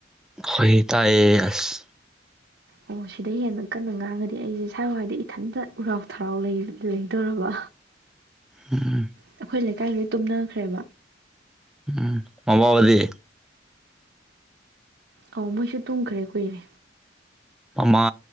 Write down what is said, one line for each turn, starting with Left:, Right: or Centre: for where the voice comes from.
Centre: ꯈꯍꯤꯇꯥ ꯑꯦꯁ
Right: ꯑꯣ ꯁꯤꯗ ꯍꯦꯟꯅ ꯀꯟꯅ ꯉꯥꯡꯉꯗꯤ ꯑꯩꯁꯦ ꯁ꯭ꯋꯥꯏ ꯍ꯭ꯋꯥꯏꯗ ꯏꯊꯟꯇ ꯎꯔꯥꯎ ꯊꯔꯥꯎ ꯂꯩꯗꯣꯔꯔꯕ
Centre: ꯎꯝ
Right: ꯑꯩꯈꯣꯏ ꯂꯩꯀꯥꯏ ꯂꯣꯏ ꯇꯨꯝꯅꯈ꯭ꯔꯦꯕ
Centre: ꯎꯝ ꯃꯃꯕꯗꯤ
Right: ꯑꯧ ꯃꯣꯏꯁꯨ ꯇꯨꯝꯈ꯭ꯔꯦ ꯀꯨꯏꯔꯦ
Centre: ꯃꯃꯥ